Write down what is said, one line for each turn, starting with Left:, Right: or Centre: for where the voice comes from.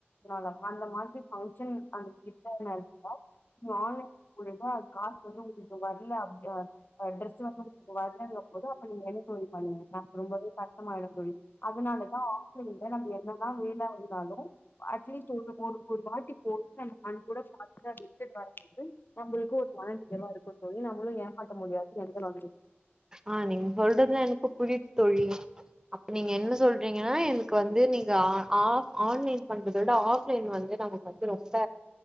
Left: நாளா அந்த மாரி பங்க்ஷன் அந்த கிட்ட நெருங்கனோ நீ ஆன்லைன் கூடத அது காசு வந்து உங்களுக்கு வரல அப் அ டிரஸ் வந்து உங்களுக்கு வரலங்க போது அப்ப நீங்க என்ன தோழி பண்ணுவிங்க ரொம்பவே கஷ்டமாயிடு தோழி அதனாலதா ம்த நம்ம என்னதா வேல இருந்தாலு அட்லீஸ்ட் ஒரு ஒரு வாட்டி போயிட்டு நம்ம கண்‌ கூட பத்து நடக்குது நம்மளுக்கு ஒரு மனநிறைவா இருக்கு தோழி நம்ளு ஏமாத்த முடியாது எந்த
Right: ஆ நீங்க சொல்றதுல எனக்கு புரியுது தோழி அப்ப நீங்க என்ன சொல்றீங்கன்னா எனு க்கு வந்து நீங்க ஆ ஆப் ஆன்லைன் பண்றத விட ஆஃப்லைன் வந்து நமக்கு வந்து ரொம்ப